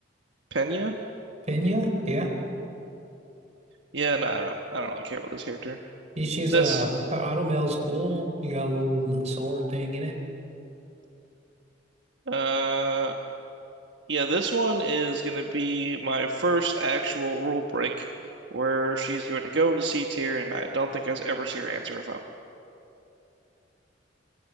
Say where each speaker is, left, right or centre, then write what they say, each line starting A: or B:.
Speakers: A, on the right; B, on the right.
A: Pena?
B: Pena. Yeah,
A: Yeah, no, I don't I don't really care about this character.
B: she, she has
A: This
B: uh, her automail's cool. You got a little sword thing in it.
A: uh yeah, this one is gonna be my first actual rule break where she's going to go into C tier and I don't think I ever see her answer her phone.